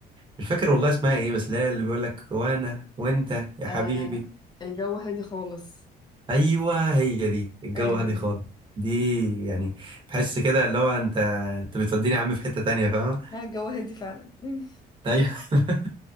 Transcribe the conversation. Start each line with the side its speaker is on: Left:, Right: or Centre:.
Right: مش فاكر والله اسمها ايه بس اللي هي اللي بيقول لك وانا وانت يا
Left: أه
Right: حبيبي
Left: الجو هادي خالص
Right: ايوه هي دي الجو
Left: ايوه
Right: هادي
Left: ايوه
Right: خالص دي يعني بحس كده اللي هو انت انت بتوديني يا عم في حته تانية فاهمه
Left: لا الجو هادي فعلا <laughs> مم.
Right: ايوه <laughs>